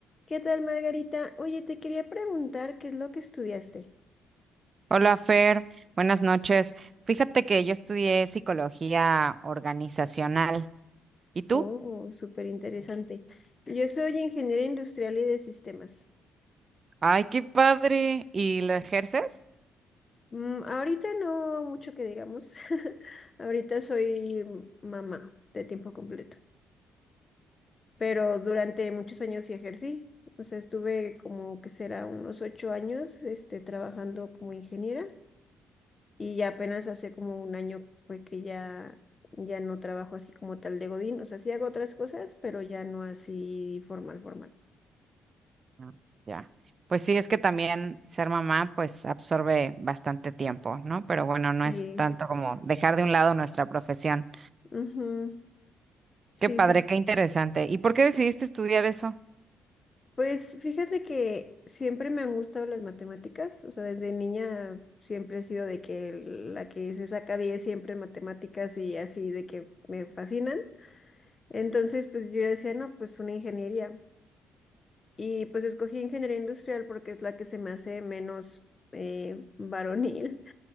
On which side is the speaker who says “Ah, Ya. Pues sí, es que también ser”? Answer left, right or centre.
Right